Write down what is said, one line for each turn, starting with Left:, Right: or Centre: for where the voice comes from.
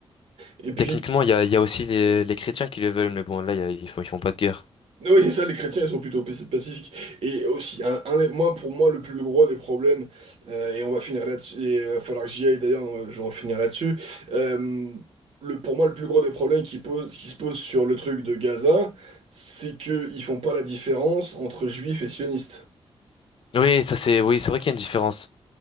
Right: Et puis,
Left: Techniquement, il y a, il y a aussi les, les chrétiens qui le veulent, mais bon, là, il y a- ils font, ils font pas de guerre.
Right: oui, ça, les chrétiens, ils sont plutôt pac- pacifiques. Et aussi, un, un des- moi, pour moi, le plus gros des problèmes, euh, et on va finir là-dessus, et il va falloir que j'y aille d'ailleurs, on va- je vais en finir là-dessus. Euh, le, pour moi, le plus gros des problèmes qui, pose, qui se posent sur le truc de Gaza, c'est qu'ils font pas la différence entre juifs et sionistes.
Left: Oui, ça c'est, oui, c'est vrai qu'il y a une différence.